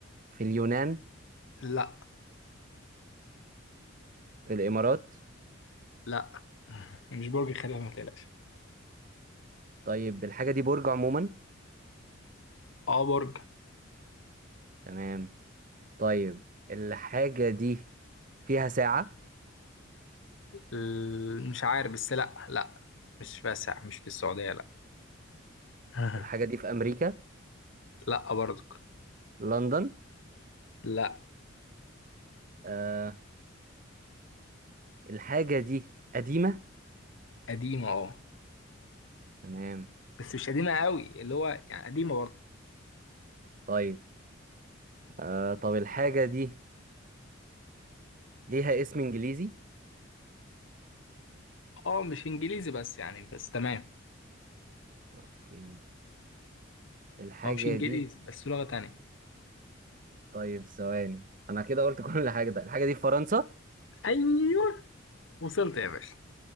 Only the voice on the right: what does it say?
في اليونان
في الامارات
طيب الحاجه دي برج عموما
تمام طيب الحاجه دي فيها ساعه
الحاجه دي في امريكا
لندن
آه الحاجه دي قديمه
تمام
طيب آه طب الحاجه دي ليها اسم انجليزي
اوكي الحاجة
دي
طيب ثواني انا كده قلت <laughs> كل حاجة ده الحاجة دي في فرنسا